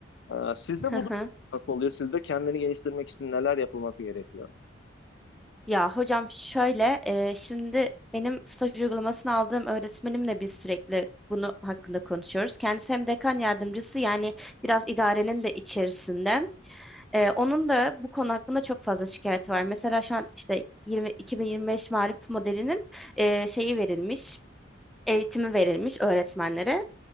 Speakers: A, on the left; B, in the centre.
A: E, sizde
B: <laughs>
A: bu da nasıl oluyor? Sizde kendini geliştirmek için neler yapılması gerekiyor?
B: Ya hocam şöyle e, şimdi benim staj uygulamasını aldığım öğretmenimle biz sürekli bunu hakkında konuşuyoruz. Kendisi hem dekan yardımcısı yani biraz idarenin de içerisinde. E, onun da bu konu hakkında çok fazla şikayeti var. Mesela şu an işte 20, 2025 Marif modelinin e, şeyi verilmiş, eğitimi verilmiş öğretmenlere.